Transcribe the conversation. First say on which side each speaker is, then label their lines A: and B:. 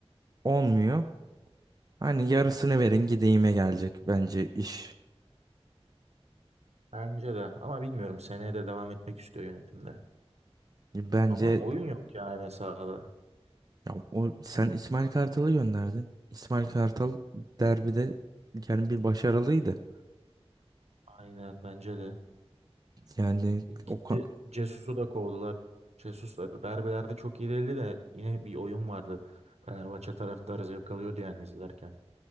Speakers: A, on the right (about 35°); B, on the right (about 80°).
A: olmuyor. Hani yarısını verin gideyime gelecek bence iş.
B: Bence de. Ama bilmiyorum. Seneye de devam etmek istiyor yönetimde.
A: Bence
B: Ama oyun yok yani sahada.
A: Ya o sen İsmail Kartal'ı gönderdin. İsmail Kartal derbide yani bir başarılıydı.
B: Aynen bence de.
A: Yani o
B: Gitti
A: ka-
B: Cesus'u da kovdular. Jesus da derbilerde çok iyi değildi de yine bir oyun vardı. Fenerbahçe taraftarı zevk alıyordu yani izlerken.